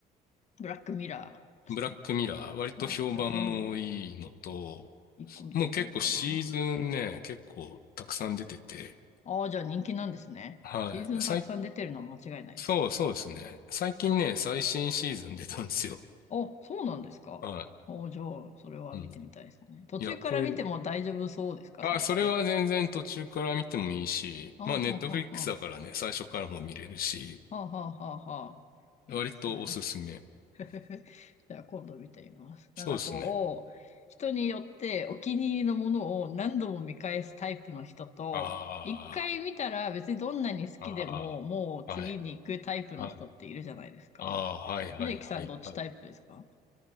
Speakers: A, on the left; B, on the left.
A: ー、ブラックミラーですね。
B: ブラックミラー、割と評判もいいのと、
A: ああ、じゃあ今度、一個見てみようかな。
B: もう結構シーズンね、結構たくさん出てて、
A: ああ、じゃあ人気なんですね。
B: はい、
A: シーズンたくさん出てるのは間違いないですね。
B: 最、そう、そうですね。最近ね、最新シーズン出たんですよ。
A: あ、そうなんですか。
B: は
A: おじゃあ、それは見てみたいですね。
B: い。うん
A: 途中から見ても大丈夫そうですか、
B: いや、これ、あ、
A: それって。
B: それは全然途中から見てもいいし、
A: ああ、
B: まあネットフリックスだからね、
A: はあはあはあ。
B: 最初からも見れるし、
A: はあはあはあはあ。いいですね。
B: 割とおすすめ。
A: <laughs> じゃあ今度見てみます。
B: そうですね。
A: なんかこう、人によってお気に入りのものを何度も見返すタイプの人と、
B: あ
A: 一回見たら別にどんなに好きでももう次に行くタイプの人っているじゃないですか。
B: あ、ああ、はい、はい、ああ、はい、はい、
A: 秀樹さんどっちタイプですか
B: はい、はい。